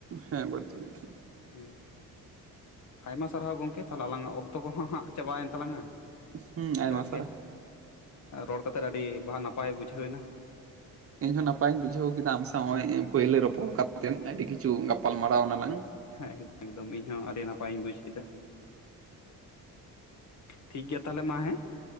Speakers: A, on the right; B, on the left.
A: ᱦᱮᱸ ᱵᱟᱹᱲᱛᱤ ᱜᱮᱴ
B: ᱦᱮᱸ ᱟᱭᱢᱟ ᱥᱟᱨᱦᱟᱣ ᱜᱚᱝᱠᱮ ᱛᱟᱦᱮᱞᱮ ᱟᱞᱟᱝᱟᱜ ᱚᱠᱛᱚ ᱠᱚᱦᱚᱸ ᱦᱟᱸᱜ ᱪᱟᱵᱟᱭᱮᱱ ᱛᱟᱞᱟᱝᱼᱟ
A: ᱦᱩᱸ ᱟᱭᱢᱟ
B: ᱡᱟᱠᱜᱮ
A: ᱥᱟᱨᱦᱟᱣ
B: ᱨᱚᱲ ᱠᱟᱛᱮ ᱟᱹᱰᱤ ᱱᱟᱯᱟᱭ ᱵᱩᱡᱷᱟᱹᱣ ᱮᱱᱟ
A: ᱤᱧᱦᱚᱸ ᱱᱟᱯᱟᱭᱤᱧ ᱵᱩᱡᱷᱟᱹᱣ ᱠᱮᱫᱟ ᱟᱢ ᱥᱟᱶ ᱯᱳᱭᱞᱳ ᱨᱚᱯᱚᱲ ᱠᱟᱛᱮᱫ ᱟᱹᱰᱤ ᱠᱤᱪᱷᱩ ᱜᱟᱯᱟᱞ ᱢᱟᱨᱟᱨᱟᱣ ᱮᱱᱟᱞᱟᱝ
B: ᱦᱮᱸ ᱮᱠᱫᱚᱢ ᱤᱧ ᱦᱚᱸ ᱟᱹᱰᱤ ᱱᱟᱯᱟᱭ ᱤᱧ ᱵᱩᱡᱽ ᱠᱮᱫᱟ ᱴᱷᱤᱠ ᱜᱮᱭᱟ ᱛᱟᱦᱚᱞᱮ ᱢᱟ ᱦᱮᱸ